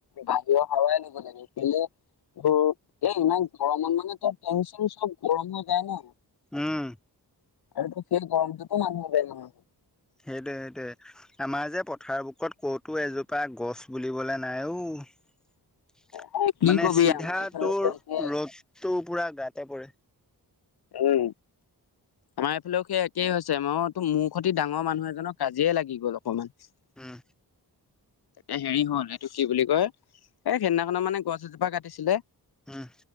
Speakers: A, on the left; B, in the centre.
A: বাহিৰৰ হাৱাই লব লাগে কেলে ত' এ ইমান গৰমত মানে ত' ফেনচুইচ চব গৰম হৈ যায় ন।
B: উম।
A: আৰু তো সে গৰমটোতো মানুহ ন
B: সেইটোয়ে সেইটোয়ে আমাৰ যে পথাৰ বুকত ক'তো এজোপা গছ বুলিবলে নাই ও। <inaudible>
A: হয় কি
B: মানে
A: কবি
B: চিধাটোৰ
A: আমাৰ এইফালেও সেই একেই
B: ৰ'দটো পুৰা গাতে পৰে।
A: উম। আমাৰ এইফালেও সেই একেই হৈছে মই ত মূৰ সতি ডাঙৰ মানুহ এজনৰ কাজিয়ে লাগি গ'ল। <unintelligible>
B: উম,
A: এ হেৰি হ'ল এইটো কি বুলি কয় এই সেইদিনাখন মানে গছ এজোপা কাটিছিলে
B: উম,